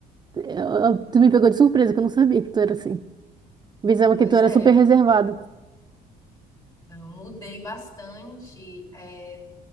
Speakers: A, on the right (about 25°); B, on the left (about 20°).
A: eu- eu- tu me pegou de surpresa, que eu não sabia que tu era assim. Pensava
B: Pois
A: que tu era
B: é,
A: super
B: eu
A: reservado.
B: mudei bastante. é,